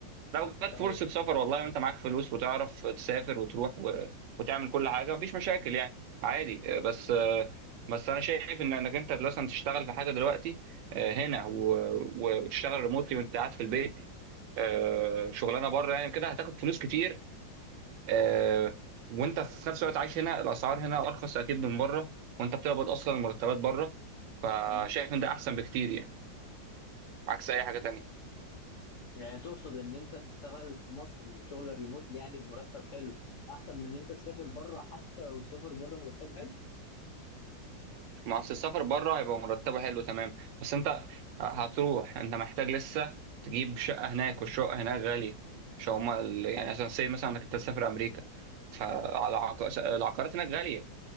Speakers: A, on the right (about 80°); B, on the left (about 70°).
A: لو جت
B: اي
A: فرصة سفر والله وانت معاك فلوس وتعرف تسافر وتروح و... وتعمل كل حاجة مفيش مشاكل يعني عادي آه، بس آه، بس انا شايف ان انك انت مثلا تشتغل في حاجة دلوقتي آه، هنا و... و- وتشتغل ريموتلي وانت قاعد في البيت آه، شغلانة بره يعني كده هتاخد فلوس كتير آه، وانت في نفس الوقت عايش هنا الاسعار هنا ارخص اكيد من بره وانت بتقبض اصلا المرتبات بره فشايف
B: امم
A: ان ده احسن بكتير يعني عكس اي حاجة تانية
B: يعني تقصد ان انت تشتغل في مصر شغل ريموت يعني بمرتب حلو احسن من ان انت تسافر بره حتى لو السفر بره مرتب حلو
A: ما اصل السفر بره هيبقى مرتبه حلو تمام بس انت هتروح انت محتاج لسه تجيب شقه هناك والشقه هناك غاليه مش هما ال- يعني مثلا سي مثلا انك انت تسافر امريكا فعلى عق... العقارات هناك غاليه